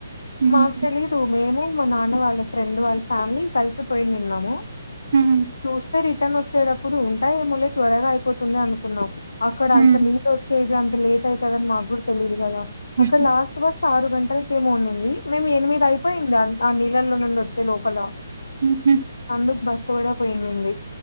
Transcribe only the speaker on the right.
హ్మ్.
హ్మ్.
హ్మ్.
హ్మ్.
హుహు.